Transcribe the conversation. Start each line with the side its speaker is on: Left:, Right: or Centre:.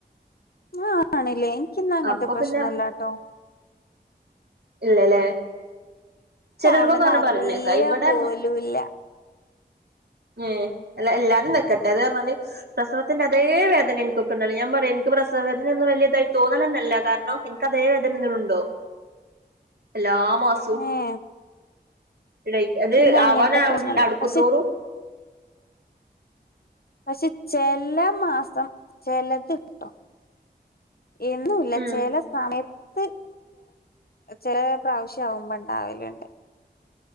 Left: ആഹ ആണ്ലെ ക്കിന്ന അങ്ങൻത്തെ
Right: അപ്പൊ
Left: പ്രശ്നല്ലട്ടോ
Right: പിന്നെ ഇല്ലല്ലേ
Left: ഇക്ക്യാ
Right: ചെലോർക്കൊക്കെ
Left: വണത്
Right: അങ്ങനെ
Left: അറിയ
Right: പറയണേക്കാ ഇവിടെ
Left: പോലൂല്ല
Right: ഉം അല്ല എല്ലാരും നക്കട്ടെ അത് എല്ലാരും നിക്കട്ടെ അത് അതിനര്ന്നാല് പ്രസവത്തിന്റെ അതേ വേദന എനിക്കൊപ്പം ഉണ്ടാവല് ഞാൻ പറയാ എനി പ്രസവവേദന ഒന്നും വല്ല്യ ഇതായിട്ട് തോന്നലന്നല്ല കാരണം എനക്ക്തേ വേദന നിന്ന ഉണ്ടാവും അല്ല മാസു
Left: ഏഹ്
Right: ഇട
Left: എനിക്കിന്ന്
Right: അത് ആവാനടുക്കുംന്തോറും
Left: അങ്ങനത്തെ പ്രശ്നല്ല പക്ഷെ പക്ഷെ ചെല മാസം ചെലത് ട്ടോ എനചേല
Right: ഉം
Left: സമയ ചെ ചെല പ്രാവശ്യാവുമ്പോ ണ്ടാവലുണ്ട്